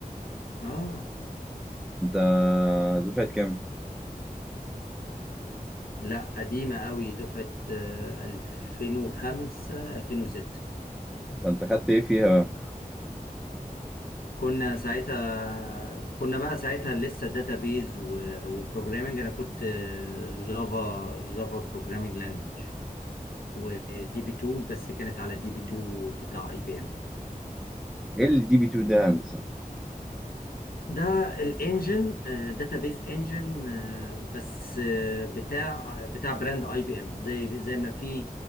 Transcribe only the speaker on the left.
اه
لا قديمه قوي دفعه آه، 2005 2006
كنا ساعتها كنا بقى ساعتها لسه داتابيز وبروجرامنج انا كنت جافا جافا بروجرامنج لانجوج ودي بي 2 بس كانت على دي بي 2 بتاع اي بي ام
ده الانجن داتابيز انجن بس آه، بتاع آه، بتاع براند اي بي ام زي زي ما في